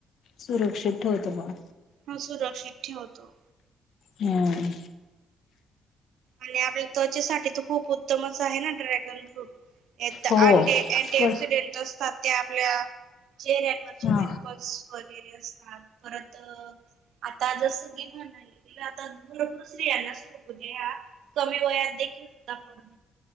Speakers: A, on the left (about 70°); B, on the right (about 75°).
A: सुरक्षित ठेवतो बावा.
B: ह सुरक्षित ठेवतो.
A: हम.
B: आणि आपल्या त्वचेसाठी त खूप उत्तमच आहे ना ड्रॅगन फ्रूट. य
A: हो
B: अंटी अँटी
A: ते
B: ऑक्सिडेंट असतात ते आपल्या चेहऱ्यांवरचे
A: हा
B: पिंपल्स वगैरे असतात परत आता जसं की म्हणाले तिला आता भरपूर स्त्रियांना सुरकुत्या कमी वयात देखील हो आपण